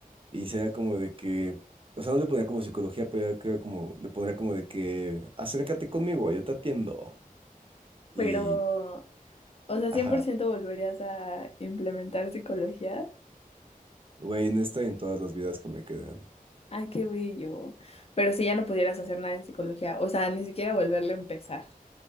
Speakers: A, on the right (about 35°); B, on the left (about 40°).
A: Y sería como de que, o sea, no le pondría como psicología, pero era creo como, le pondría como de que, acércate conmigo, yo te atiendo. Y,
B: pero, o sea,
A: ajá,
B: cien por ciento volverías a implementar psicología.
A: güey, en esta y en todas las vidas que me quedan.
B: Ay, qué bello. Pero si ya no pudieras hacer nada en psicología, o sea, ni siquiera volverle a empezar.